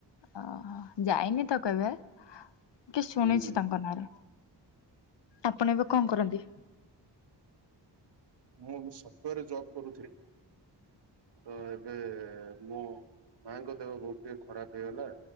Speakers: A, on the left; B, on the right.
A: ଅହଁ ଯାଇନି ତ କେବେ କି ଶୁଣିଛି
B: ହୁଁ, ହୁଁ।
A: ତାଙ୍କ ନାଁ ରେ। ଆପଣ ଏବେ କଁ କରନ୍ତି?
B: ମୁଁ ବି ସପ୍ଟୋୟାରରେ ଜବ୍ କରୁଥିଲି ତ ଏବେ ମୋ ମାଆଙ୍କ ଦେହ ବୋହୁତ ଟିକେ ଖରାପ ହେଇଗଲା